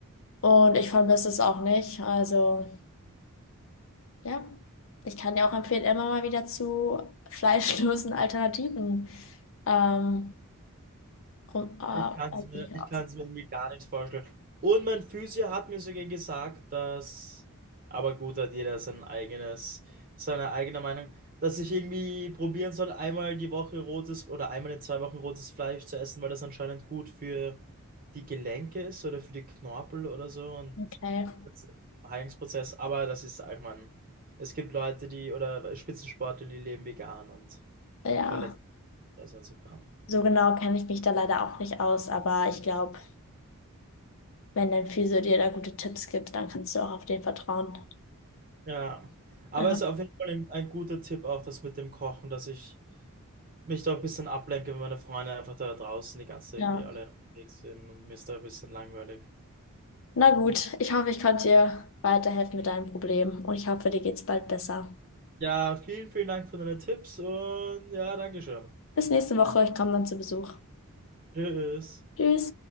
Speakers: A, on the left; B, on the right.
A: Und ich vermisse es auch nicht. Also ja, ich kann dir auch empfehlen, immer mal wieder zu fleischlosen Alternativen ähm, rum, äh, halt
B: Ich kann es mir,
A: dich
B: ich
A: aus.
B: kann es mir irgendwie gar nicht vorstellen. Und mein Physio hat mir sogar gesagt, dass, aber gut, hat jeder sein eigenes, seine eigene Meinung, dass ich irgendwie probieren soll, einmal die Woche rotes oder einmal in zwei Wochen rotes Fleisch zu essen, weil das anscheinend gut für die Gelenke ist oder für die Knorpel oder so und
A: Okay.
B: das ist ein Heilungsprozess. Aber das ist, ich meine, es gibt Leute, die oder Spitzensportler, die leben vegan und
A: Ja.
B: verletzen. Also insofern.
A: So genau kenne ich mich da leider auch nicht aus, aber ich glaube, wenn dein Physio dir da gute Tipps gibt, dann kannst du auch auf den vertrauen.
B: Ja, aber
A: Ja,
B: es ist auf jeden Fall ein, ein guter Tipp auch, das mit dem Kochen, dass ich mich da ein bisschen ablenke, wenn meine Freunde einfach da draußen die ganze Zeit
A: ja.
B: irgendwie alle unterwegs sind und mir ist da ein bisschen langweilig.
A: Na gut, ich hoffe, ich konnte dir weiterhelfen mit deinem Problem und ich hoffe, dir geht's bald besser.
B: Ja, vielen, vielen Dank für deine Tipps und ja, Dankeschön.
A: Bis nächste Woche, ich komme dann zu Besuch.
B: Tschüss.
A: Tschüss.